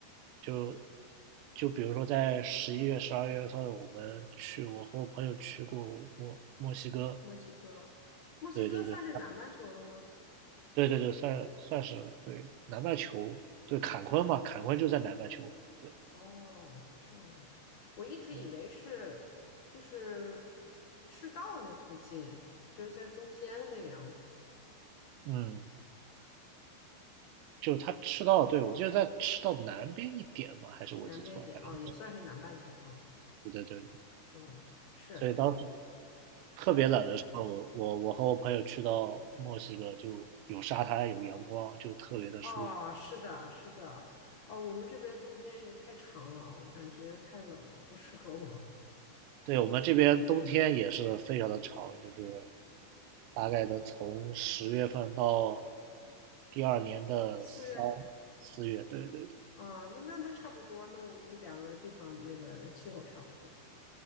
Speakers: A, on the right (about 80°); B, on the left (about 60°).
A: 就就比如说在十一月、十二月份，我们去，我和我朋友去过墨墨西哥，
B: 墨西哥，墨西哥算是南半球了吗？
A: 对对对对对对，算算是对南半球，对坎昆嘛，坎昆就在南半球，对
B: 哦，这样的，我一直以为是就是
A: 对，
B: 赤道那附近，就是在中间那个样子，
A: 嗯，就他赤道，对我记得在吃到南边一点嘛，还是我记错了，
B: 南边一点啊，
A: 反正
B: 也算是南半球了。
A: 对对对对，
B: 嗯，是，
A: 所以当时特别冷的时候，
B: 呃，
A: 我我我和我朋友去到墨西哥，就有沙滩有阳光，就特别的舒服，
B: 哦，是的，是的，哦，我们这边冬天也太长了，我感觉太冷了，不适合我。<laughs>
A: 对我们这边冬天也是非常的长，就是大概能从十月份到第二年的三
B: 四月
A: 四月，对对对
B: 啊，那那那差不多，那我们两个地方那个气候差不多，